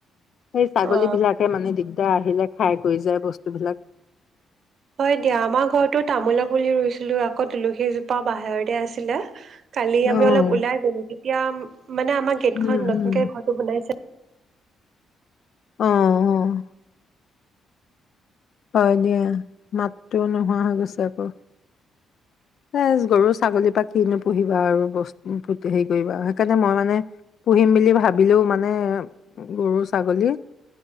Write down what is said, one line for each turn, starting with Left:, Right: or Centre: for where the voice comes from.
Left: সেই ছাগলী
Right: অ
Left: বিলাক আহিলে খায় কই যায় বস্তু বিলাক।
Right: হয় দিয়া আমাৰ ঘৰতো তামোলৰ পুলি ৰুইছিলো আকো তুলসীজোপা বাহিৰতে আছিলে কালি
Left: উম,
Right: আমি অলপ ওলাই গলোগে এতিয়াআম মানে আমাৰ গেটখন
Left: উম,
Right: নতুনকে
Left: উম,
Right: ঘৰটো বনাই আছে।
Left: অ, অ। হয় দিয়া মাকটোও নোহোৱা হৈ গৈছে আকৌ। এ গৰু ছাগলীৰ পা কিনো পুহিবা আৰু বস ফূ হেৰি কৰিবা, সেইকাৰণে মই মানে পুহিম বুলি ভাবিলেও মানে গৰু ছাগলী